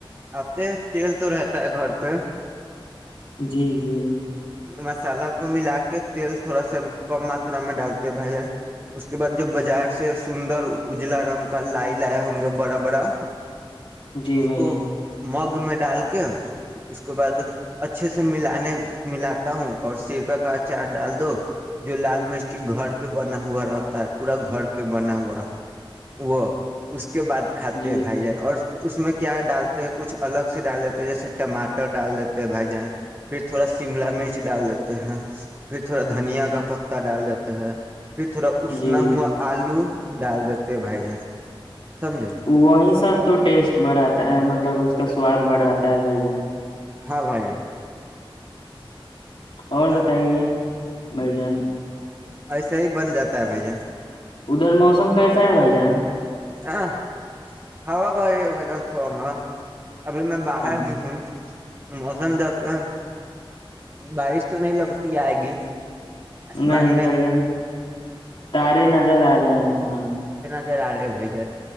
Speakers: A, on the right; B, on the left.
A: آتے تیل تو رہتا ہے گھر سے
B: جی جی
A: مسالہ کو ملا کے تیل تھوڑا سا کم ماترا میں ڈالتے بھیا اس کے بعد جو بازار سے سندر اجلا رنگ کا لائی لایا ہوں گے بڑا بڑا
B: جی
A: اس
B: بھائی
A: کو
B: جان
A: مگ میں ڈال کے اس کے بعد اچھے سے ملانے ملاتا ہوں اور سیرکا کا اچار ڈال دو جو لال مرچ کی گھر پہ بنا ہوا رہتا ہے پورا گھر پہ بنا ہوا وہ اس کے بعد کھاتے
B: جی
A: ہیں
B: جی
A: بھائی جان اور اس میں کیا ڈالتے ہیں کچھ الگ سے ڈال دیتے ہیں جیسے ٹماٹر ڈال دیتے ہیں بھائی جان پھر تھوڑا شملا مرچ ڈال دیتے ہیں پھر تھوڑا دھنیا کا پتتا ڈال دیتے ہیں پھر تھوڑا اسنا
B: جی
A: ہوا آلو ڈال دیتے بھائی جان سمجھے
B: وہیں سب تو ٹیسٹ بڑھاتا ہے مطلب اس کا سواد بڑھاتا ہے بھ جان
A: ہاں بھائی جان
B: اور بتائیے بھ جان
A: ایسے ہی بن جاتا ہے بھائی ج
B: ادھر موسم کیسا ہے بھائی جان
A: ہاں ہوا باہی ہے بجان سو میں ابھی میں باہر
B: اچھا
A: ہی ہوں موسم دقا بارش تو نہیں لگتی آئے گی آسمان
B: نہیں
A: میں
B: بھائی جان تارے نظر آ رہے ہیں آسمان میں
A: نر آ رہے ہےھائی جن